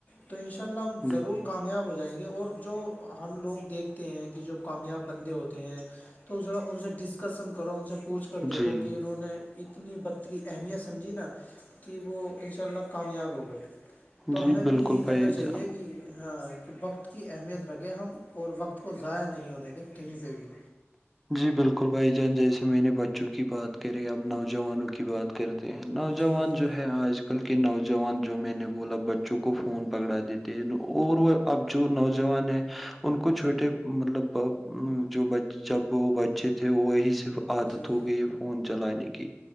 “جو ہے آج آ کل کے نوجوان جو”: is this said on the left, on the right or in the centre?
Centre